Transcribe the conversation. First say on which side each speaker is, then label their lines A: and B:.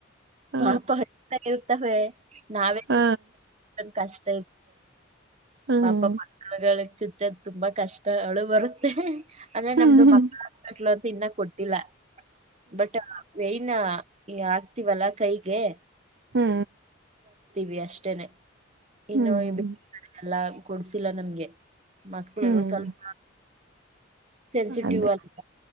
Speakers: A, on the right (about 60°); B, on the right (about 35°).
A: ಹ
B: ಪಾಪತಾ ಇರ್ತವೆ ನಾವೇ
A: ಹ
B: ಕಷ್ಟ
A: ಹ್ಮ್
B: ಪಪ ಮಕ್ಕಳ ತುಂಬಾ ಕಷ್ಟಗಳುು ಬರುತ್ತೆ ಅಂದ್ರೆ
A: ಹ್ಮ್
B: ನಮ್ದು ಮಕ್ಕಳಟ್ ಅಂತ ಇನ್ನ ಕೊಟ್ಟಿಲ್ಲ ಬಟ್ ವಯನ ಆಗ್ತಿವಲ್ಲ ಕೈಗೆ
A: ಹ್ಮ್
B: ವಿ ಅಷ್ಟೇನೆ ಇನ್ನು
A: ಹ್ಮ್
B: ಎಲ್ಲ ಕೊಡ್ಸಿಲ್ಲ ನಮ್ಗೆ ಮಕ್ಳು
A: ಹ್ಮ್
B: ಸ್ವಲ್ಪ ಸೆನ್ಸಿಟಿವಿವ್ಲ್ಲ
A: ಅದೇ